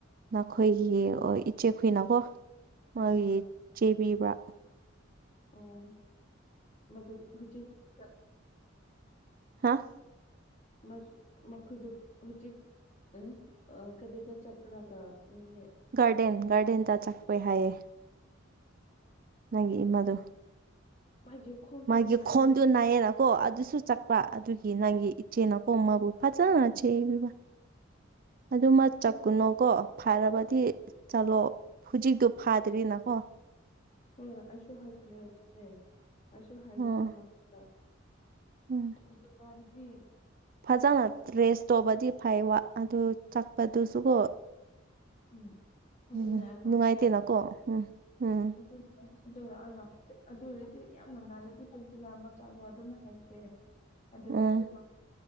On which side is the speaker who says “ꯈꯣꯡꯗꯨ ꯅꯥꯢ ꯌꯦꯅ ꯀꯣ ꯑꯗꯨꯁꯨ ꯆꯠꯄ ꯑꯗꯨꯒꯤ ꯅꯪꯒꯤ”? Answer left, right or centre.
Right